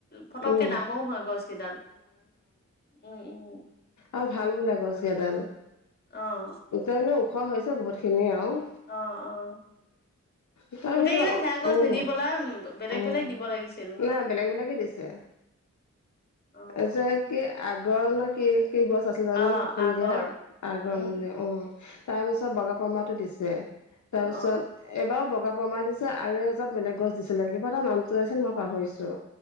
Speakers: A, on the left; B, on the left.
A: ফটককে
B: উম
A: ডাঙও হয় গছ কেইডাল উম উম'।
B: অ ভাল সুন্দা গছ গেডাল।
A: অঁ।
B: সেইকাৰণে ওখোৱা হৈছে বহুত খিনিয় আও।
A: অঁ অঁ
B: তাৰ
A: গোটেই
B: সেইটো
A: কেইডাল সেয়া গছ
B: উম
A: নিদি পেলা- বেলেগ
B: উম
A: বেলেগ দিব লাগিছিল।
B: নাই বেলেগ বেলেগে দিছে।
A: অ
B: আ যে
A: অ
B: কি আগৰ নে কি। কেই গছ আছিল জানো
A: অ
B: প্ৰথম
A: আগৰ
B: দিয়া আগৰন
A: উম
B: বুলি অঁ। তাৰপিছত বগাপামাতো দিছে তাৰপিছত,
A: অ
B: এবাৰো বগা পমা দিছে আৰু এজাত বেলেগ গছ দিছিলে কিবা এটা নামটো আছিল মই পাহৰিছো।